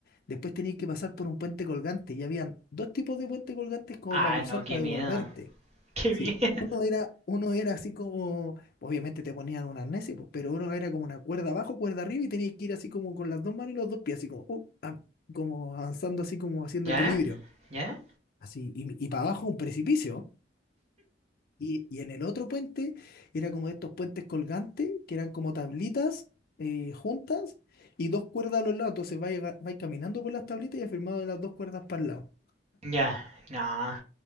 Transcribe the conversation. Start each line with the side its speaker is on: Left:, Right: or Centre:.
Left: después tenías que pasar por un puente colgante y habían dos tipos de puentes colgantes como
Right: Ah,
Left: para cruzar,
Right: no, qué
Left: para
Right: miedo.
Left: devolverte.
Right: <laughs> Qué
Left: Sí,
Right: miedo.
Left: uno era, uno era así como, obviamente te ponían un arnés, y pues, pero uno era como una cuerda abajo, cuerda arriba y tenías que ir así como con las dos manos y los dos pies, así como, uh, ah, como avanzando así como haciendo
Right: ¿Ya?
Left: equilibrio,
Right: ¿Ya?
Left: así, y, y para abajo un precipicio. Y, y en el otro puente era como estos puentes colgantes, que eran como tablitas eh, juntas y dos cuerdas a los lados, entonces vais, aga- vais caminando por las tablitas y afirmado de las dos cuerdas para el lado.
Right: Ya. No,